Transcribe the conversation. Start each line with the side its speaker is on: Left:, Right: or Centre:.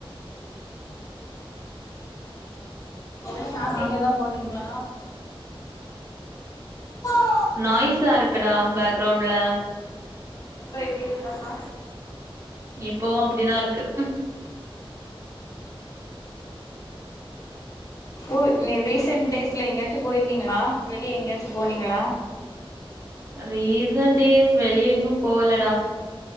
Left: க்கு
Right: அப்
Left: இங்கதா போனிங்ளா <inaudible>
Right: நாய்ஸா இருக்குடா பேக்ரவுண்ட்ல
Left: சோ எப்டி இருக்கப்பா
Right: இப்பவு அப்டிதா இருக்கு
Left: ஊய் நீ ரீசன்ட் டேஸ்ல எங்கேயாச்சு போயிருந்தீங்களா வெளிய எங்கேயாச்சு போனீங்களா
Right: ரீசண்ட் டேஸ் வெளிய எங்கும் போலடா